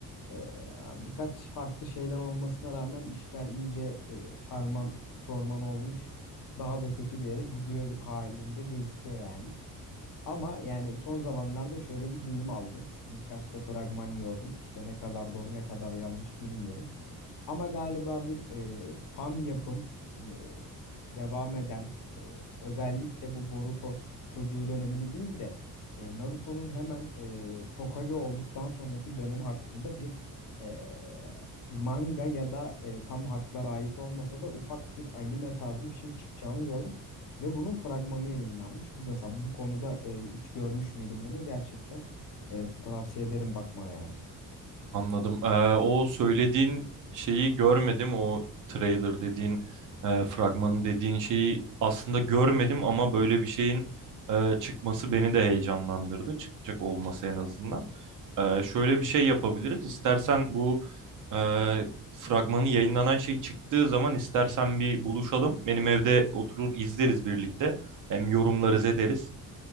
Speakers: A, on the left; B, on the right.
A: E, birkaç farklı şeyler olmasına rağmen işler iyice e, karman çorman olmuş. Daha da kötü bir yere gidiyor halinde gözüküyor yani. Ama yani son zamanlarda şöyle bir duyum aldım. Birkaç da fragman gördüm. İşte ne kadar doğru ne kadar yanlış bilmiyorum. Ama galiba bir e, fan yapım e, devam eden e, özellikle bu Boruto çocuğu dönemini değil de e, Naruto'nun hemen e, Hokage olduktan sonraki dönemi hakkında bir e, manga ya da e, tam haklara ait olmasa da ufak bir anime tarzı bir şey çıkacağını gördüm. Ve bunun fragmanı yayınlanmış. Mesela bu konuda e, hiç görmüş müydün bunu? Gerçekten e, tavsiye ederim bakmana yani.
B: Anladım. Ee, o söylediğin şeyi görmedim. O trailer dediğin, e, fragmanı dediğin şeyi aslında görmedim ama böyle bir şeyin e, çıkması beni de heyecanlandırdı. Çıkacak olması en azından. Ee, şöyle bir şey yapabiliriz. İstersen bu e, fragmanı yayınlanan şey çıktığı zaman istersen bir buluşalım. Benim evde oturur izleriz birlikte. Hem yorumlarız ederiz.